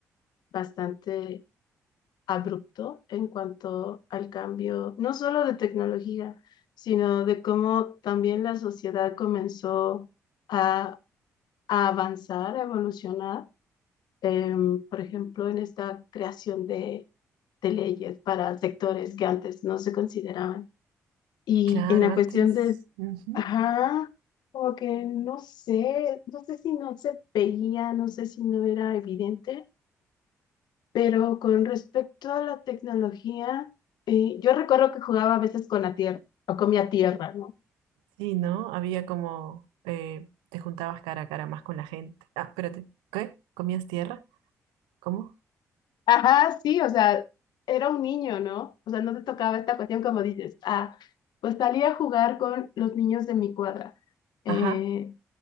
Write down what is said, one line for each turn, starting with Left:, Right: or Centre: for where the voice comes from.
Left: bastante abrupto en cuanto al cambio, no solo de tecnología, sino de cómo también la sociedad comenzó a, a avanzar, a evolucionar. em, por ejemplo, en esta creación de, de leyes para sectores que antes no se consideraban. Y
Right: claro,
Left: en la
Right: antes,
Left: cuestión de,
Right: ujú,
Left: ajá, como que no sé, no sé si no se veía, no sé si no era evidente, pero con respecto a la tecnología, eh, yo recuerdo que jugaba a veces con la tierra o comía tierra, ¿no?
Right: Sí, ¿no? Había como, eh, te juntabas cara a cara más con la gente. Ah, espérate, ¿qué? ¿Comías tierra? ¿Cómo?
Left: Ajá, sí, o sea, era un niño, ¿no? O sea, no te tocaba esta cuestión como dices, ah, pues salía a jugar con los niños de mi cuadra, eh,
Right: Ajá,